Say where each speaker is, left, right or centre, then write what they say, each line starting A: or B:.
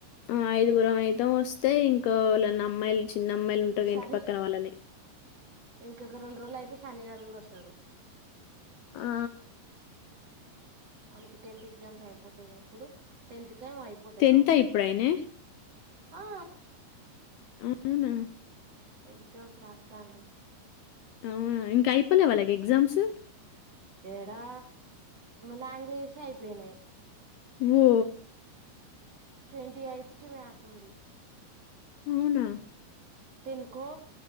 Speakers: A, on the left (about 75°); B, on the right (about 40°).
A: ఆ ఐదుగురం అయితాం వస్త. అయితే ఇంకా వాళ్ళ నా అమ్మాయిలు చిన్న అమ్మాయిలు ఉంటారు
B: సరే
A: ఇంటి పక్కన వాళ్ళని.
B: ఇంకొక రెండు రోజులు అయితే సన్నీ గాడు కూడా వస్తాడు.
A: ఆ
B: మనకి టెన్త్ ఎగ్జామ్స్ అయిపోతాయి గా అప్పుడు. టెన్తకె ఏం అయిపోతాయి
A: టెన్త్
B: కావచ్చు.
A: ఇప్పుడైనే
B: ఆ.
A: అవునా
B: ఎగ్జామ్స్ రాద్దను.
A: అవునా ఇంకా అయిపోలే వాళ్ళకి ఎగ్జామ్స్.
B: ఎడా లాంగ్వేజస్ అయిపోయినాయి.
A: ఓ.
B: ట్వంటీ ఎయిత్ కి మ్యాస్ ఉంది.
A: అవునా.
B: టెన్కో